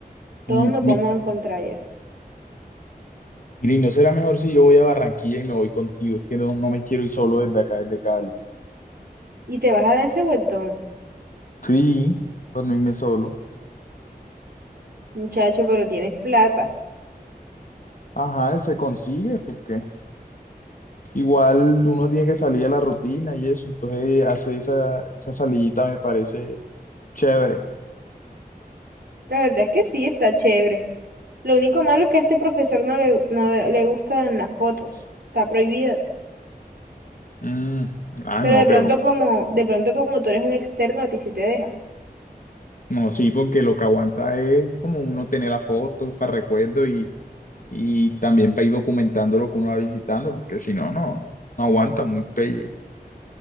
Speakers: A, on the right; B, on the left.
A: Todos
B: Mm,
A: nos
B: mi-
A: vamos a encontrar allá.
B: Mira, ¿y no será mejor si yo voy a Barranquilla y me voy contigo? Es que no, no me quiero ir solo desde acá, desde Cali.
A: Y te vas a dar ese vueltón.
B: Sí, pues no irme solo.
A: Muchacho, pero tienes plata.
B: Ajá, se consigue porque igual uno tiene que salir de la rutina y eso, entonces hacer esa, esa salidita me parece chévere.
A: La verdad es que sí, está chévere. Lo único malo es que a este profesor no le, no le gustan las fotos. Está prohibido.
B: Mm, ah,
A: Pero
B: no,
A: de
B: pero
A: pronto como, de pronto como tú eres un externo, a ti sí te deja.
B: no, sí, porque lo que aguanta es como uno tener las fotos para recuerdo y, y también para ir documentando lo que uno va visitando, porque si no, no, no aguanta muy pelle.